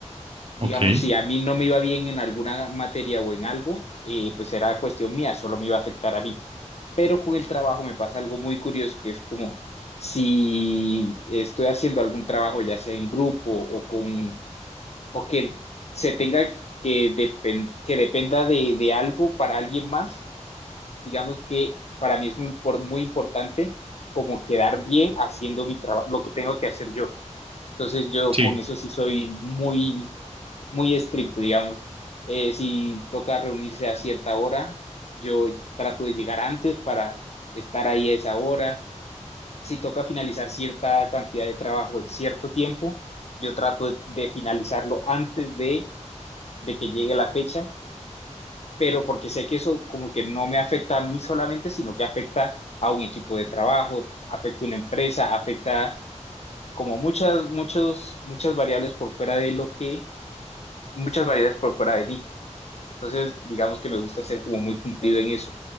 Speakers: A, on the left; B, on the right.
A: digamos,
B: Ok, o
A: si a mí no me iba bien en alguna materia o en algo, eh, pues era cuestión mía, solo me iba a afectar a mí. Pero con el trabajo me pasa algo muy curioso, que es como si estoy haciendo algún trabajo, ya sea en grupo o con, o que se tenga que, depen que dependa de, de algo para alguien más, digamos que para mí es muy, impor- muy importante como quedar bien haciendo mi trabajo, lo que tengo que hacer yo. Entonces yo
B: Sí.
A: con eso sí soy muy muy estricto, digamos. Eh, si toca reunirse a cierta hora, yo trato de llegar antes para estar ahí a esa hora. Si toca finalizar cierta cantidad de trabajo en cierto tiempo, yo trato de, de finalizarlo antes de, de que llegue la fecha, pero porque sé que eso como que no me afecta a mí solamente, sino que afecta a un equipo de trabajo, afecta a una empresa, afecta como muchas, muchos, muchas variables por fuera de lo que, muchas variables por fuera de mí. Entonces, digamos que me gusta ser como muy cumplido en eso.